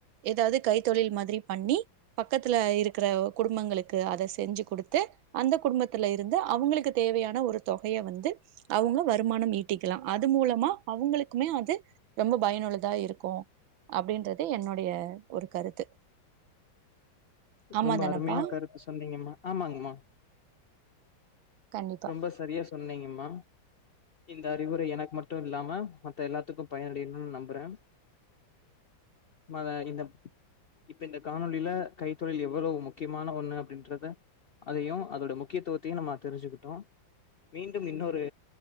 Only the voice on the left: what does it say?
ரொம்ப
அருமையா கருத்து சொன்னீங்கமா ஆமாங்கமா
ரொம்ப சரியா சொன்னீங்கம்மா இந்த அறிவுரை எனக்கு மட்டு ல்லாம மத்த எல்லாத்துக்கு பயனடையணு நம்புற <unintelligible> த இந்த இப்ப இந்த காணொலியில கைத்தொழில் எவளோ முக்கியமான ஒண்ணு அப்படின்றத அதையு அதோட முக்கியத்துவத்தையு நம்ம தெரிஞ்சுக்ட் டு மீண்டும் இன்னொரு